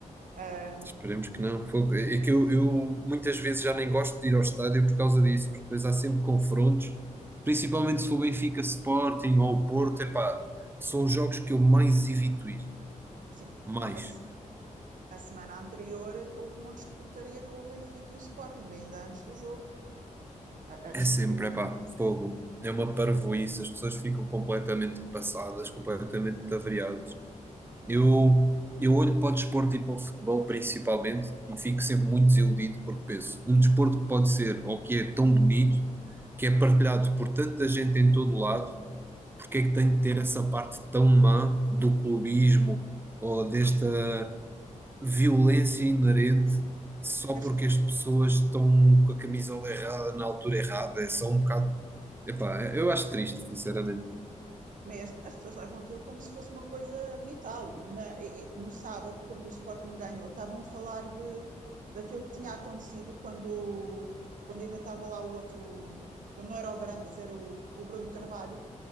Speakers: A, on the right; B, on the right.
A: Ah,
B: Esperemos que não. Fogo. É que eu, eu muitas vezes já nem gosto de ir ao estádio por causa disso, porque depois há sempre confrontos, principalmente
A: sim,
B: se for Benfica Sporting ou o Porto, epá, são os jogos que eu mais evito ir.
A: sim.
B: Mais.
A: A, a semana anterior houve montes de porcaria com o Benfica e o Sporting, ainda antes do jogo, a, a destruírem.
B: É sempre, epá, fogo. É uma parvoíce, as pessoas ficam completamente passadas, completamente avariadas.
A: Yeah.
B: Eu, eu olho para o desporto e para o futebol principalmente e fico sempre muito desiludido porque penso, um desporto que pode ser ou que é tão bonito, que é partilhado por tanta gente em todo o lado, porque é que tem de ter essa parte tão má do clubismo ou desta violência inerente só
A: As,
B: porque as pessoas estão com a camisola errada na altura errada? É só um bocado. Epá, eu acho triste, sinceramente.
A: mesmo, as pessoas levam aquilo como se fosse uma coisa vital. Na- no sábado, quando o Sporting ganhou, estavam a falar de, daquilo que tinha acontecido quando, quando ainda estava lá o outro, quando não era o Varandas, era o, o Bruno Carvalho